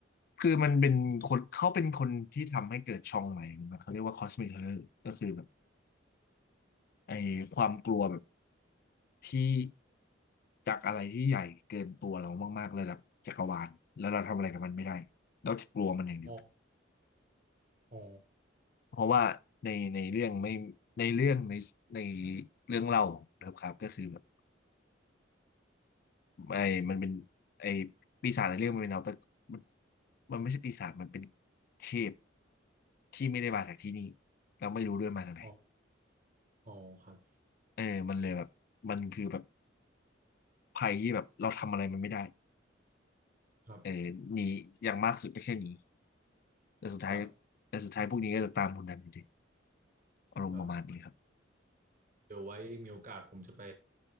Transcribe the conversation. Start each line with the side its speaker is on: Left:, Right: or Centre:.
Left: คือมันเป็นคนเขาเป็นคนที่ทำให้เกิดช่องใหม่มันเขาเรียกว่าคอสมิเ o อร์ก็คือแบบไอ้ความกลัวแบบที่จากอะไรที่ใหญ่เกินตัวเรามากๆระดับจักรวาลแล้วเราทำอะไรกับมันไม่ได้เราจะกลัวมันอย่างเดียว
Right: อ๋ออ๋อ
Left: เพราะว่าในในเรื่องไม่ในเรื่องในในเรื่องเล่าครับครับก็คือแบบไอ้มันเป็นไอ้ปีศาจในเรื่องมันเป็นเอาแต่มันมันไม่ใช่ปีศาจมันเป็นเทพที่ไม่ได้มาจากที่นี่เราไม่รู้ด้วยมาจากไหน
Right: อ๋ออ๋อครับ
Left: เออมันเลยแบบมันคือแบบภัยที่แบบเราทำอะไรมันไม่ได้
Right: ครับ
Left: เออหนีอย่างมากสุดก็แค่หนีแต่สุดท้าย
Right: ครับ
Left: แต่สุดท้ายพวกนี้ก็จะตามคุณนันอยู่ดีอารมณ์ประมาณนี้ครับ
Right: ครับเดี๋ยวไว้มีโอกาสผมจะไป